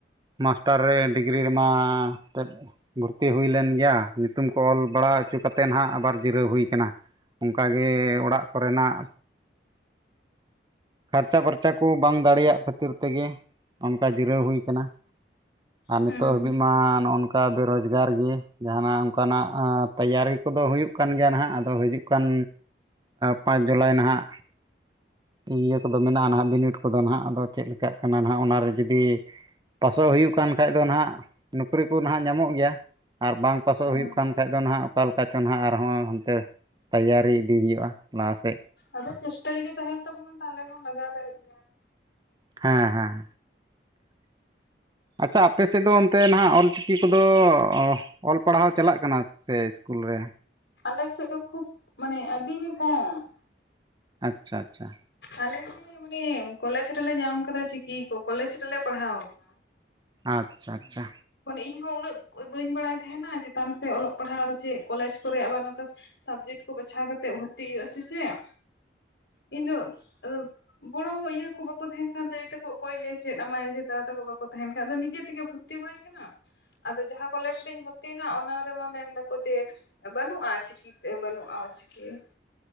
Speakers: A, on the right (about 25°); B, on the left (about 80°).
A: ᱢᱟᱥᱴᱟᱨ ᱨᱮ ᱰᱤᱜᱽᱨᱤ ᱨᱮᱢᱟ ᱛᱮᱫ ᱵᱷᱚᱨᱛᱤ ᱦᱩᱭ ᱞᱮᱱ ᱜᱮᱭᱟ, ᱧᱩᱛᱩᱢ ᱠᱚ ᱚᱞ ᱵᱟᱲᱟ ᱦᱚᱪᱚ ᱠᱟᱛᱮᱫ ᱱᱟᱦᱟᱜ ᱟᱵᱟᱨ ᱡᱤᱨᱟᱹᱣ ᱦᱩᱭ ᱠᱟᱱᱟ ᱾ ᱚᱱᱠᱟᱜᱮ ᱚᱲᱟᱜ ᱠᱚᱨᱮᱱᱟᱜ ᱠᱷᱚᱨᱪᱟ ᱯᱷᱟᱨᱪᱟ ᱠᱚ ᱵᱟᱝ ᱫᱟᱲᱮᱭᱟᱜ ᱠᱷᱟᱹᱛᱤᱨ ᱛᱮᱜᱮ, ᱚᱱᱠᱟ ᱡᱤᱨᱟᱹᱣ ᱦᱩᱭ ᱠᱟᱱᱟ ᱾ ᱟᱨ ᱱᱤᱛᱚᱜ
B: ᱦᱩᱸ
A: ᱟᱹᱵᱤᱱ ᱢᱟ ᱱᱚᱜᱼ ᱱᱚᱝ ᱚᱱᱠᱟ ᱵᱮ ᱨᱚᱡᱽᱜᱟᱨ ᱜᱮ, ᱡᱟᱦᱟᱱᱟᱜ ᱚᱱᱠᱟᱱᱟᱜ ᱛᱮᱭᱟᱨᱤ ᱠᱚᱫᱚ ᱦᱩᱭᱩᱜ ᱠᱟᱱ ᱜᱮᱭᱟ ᱱᱟᱦᱟᱜ ᱟᱫᱚ ᱦᱟᱹᱡᱩᱜ ᱚᱱᱠᱟᱱ ᱯᱟᱸᱪ ᱡᱩᱞᱟᱭ ᱱᱟᱦᱟᱜ, ᱤᱭᱟᱹ ᱠᱚᱫᱚ ᱢᱮᱱᱟᱜᱼᱟ, ᱱᱟᱦᱟᱜ ᱵᱤᱱᱤᱰ ᱠᱚᱫᱚ ᱱᱟᱦᱟᱜ ᱟᱫᱚ ᱪᱮᱫᱠᱟᱜ ᱠᱟᱱᱟ ᱱᱟᱦᱟᱜ ᱚᱱᱟᱨᱮ ᱡᱩᱫᱤ ᱯᱟᱥᱚᱜ ᱦᱩᱭᱩᱜ ᱠᱟᱱ ᱠᱷᱟᱡ ᱫᱚ ᱱᱟᱦᱟᱜ ᱱᱚᱠᱨᱤ ᱠᱚ ᱱᱟᱦᱟᱜ ᱧᱟᱢᱚᱜ ᱜᱮᱭᱟ, ᱟᱨ ᱵᱟᱝ ᱯᱟᱥᱚᱜ
B: ᱦᱮᱸ
A: ᱦᱩᱭᱩᱜ ᱠᱟᱱ ᱵᱟᱠᱷᱟᱡ ᱫᱚ ᱱᱟᱦᱟᱜ ᱚᱠᱟ ᱞᱮᱠᱟ ᱪᱚ ᱱᱟᱦᱟᱜ ᱟᱨᱦᱚᱸ ᱚᱱᱛᱮ ᱛᱮᱭᱟᱨᱤ ᱤᱫᱤ ᱦᱩᱭᱩᱜᱼᱟ᱾ ᱞᱟᱦᱟᱥᱮᱫ
B: ᱟᱫᱚ ᱪᱮᱥᱴᱟ ᱡᱩᱫᱤ ᱛᱟᱦᱮᱸᱱ ᱛᱟᱵᱚᱱᱟ, ᱛᱟᱦᱚᱞᱮ ᱵᱚᱱ ᱞᱟᱜᱟᱣ ᱫᱟᱲᱮᱜ ᱜᱮᱭᱟ ᱾
A: ᱦᱮᱸ ᱦᱮᱸ ᱟᱪᱪᱷᱟ ᱟᱯᱮ ᱥᱮᱫ ᱫᱚ ᱚᱱᱛᱮ ᱱᱟᱦᱟᱜ ᱚᱞᱪᱤᱠᱤ ᱠᱚᱫᱚ ᱚᱞ ᱯᱟᱲᱦᱟᱣ ᱪᱟᱞᱟᱜ ᱠᱟᱱᱟ ᱥᱮ ᱤᱥᱠᱩᱞ ᱨᱮ?
B: ᱟᱞᱮ ᱥᱮᱫ ᱫᱚ ᱠᱷᱩᱵ, ᱢᱟᱱᱮ ᱟᱹᱰᱤ ᱜᱮ ᱠᱚᱢ ᱾
A: ᱟᱪᱪᱷᱟ ᱟᱪᱪᱷᱟ᱾
B: ᱟᱞᱮᱜᱮ ᱢᱟᱱᱮ ᱠᱚᱞᱮᱡᱽ ᱨᱮᱞᱮ ᱧᱟᱢ ᱠᱟᱫᱟ ᱪᱤᱠᱤ ᱠᱚ᱾ ᱠᱚᱞᱮᱡᱽ ᱨᱮᱞᱮ ᱯᱟᱲᱦᱟᱣ ᱠᱟᱱᱟ ᱾
A: ᱟᱪᱪᱷᱟ ᱟᱪᱪᱷᱟ
B: ᱢᱟᱱᱮ ᱤᱧᱦᱚᱸ ᱩᱱᱟᱹᱜ ᱵᱟᱹᱧ ᱵᱟᱲᱟᱭ ᱛᱟᱦᱮᱱᱟ ᱪᱮᱛᱟᱱ ᱥᱮ ᱚᱞᱚᱜ ᱯᱟᱲᱦᱟᱣ ᱪᱮᱫ ᱠᱚᱞᱮᱡ ᱠᱚᱨᱮᱜ ᱟᱵᱟᱨ ᱱᱚᱝᱠᱟ᱾ ᱥᱟᱵᱡᱮᱠᱴ ᱠᱚ ᱵᱟᱪᱷᱟᱣ ᱠᱟᱛᱮᱫ ᱵᱷᱚᱨᱛᱤ ᱦᱩᱭᱩᱜᱼᱟ ᱥᱮ ᱪᱮᱫ ᱤᱧ ᱫᱚ ᱟᱫᱚ ᱵᱚᱲᱚ ᱤᱭᱟᱹ ᱠᱚ ᱵᱟᱠᱚ ᱛᱟᱦᱮᱱ ᱠᱷᱟᱱ ᱫᱚ ᱮᱟᱹᱭ ᱛᱟᱠᱚ ᱚᱠᱚᱭ ᱞᱮ ᱪᱮᱫ ᱟᱢᱟᱭ ᱫᱟᱫᱟ ᱛᱟᱠᱚ ᱵᱟᱠᱚ ᱛᱟᱦᱮᱱ ᱠᱷᱟᱱ ᱫᱚ ᱱᱤᱡᱮ ᱛᱮᱜᱮ ᱵᱷᱩᱨᱛᱤ ᱦᱩᱭ ᱾ ᱟᱫᱚ ᱡᱟᱦᱟᱸ ᱠᱚᱞᱮᱡ ᱨᱤᱧ ᱵᱷᱚᱨᱛᱤᱭᱮᱱᱟ ᱚᱱᱟ ᱨᱮᱢᱟ ᱢᱮᱱ ᱫᱟᱠᱚ ᱡᱮ᱾ ᱵᱟᱹᱱᱩᱜ ᱪᱤᱠᱤ ᱛᱮ ᱵᱟᱹᱱᱩ ᱚᱞ ᱪᱤᱠᱤ ᱾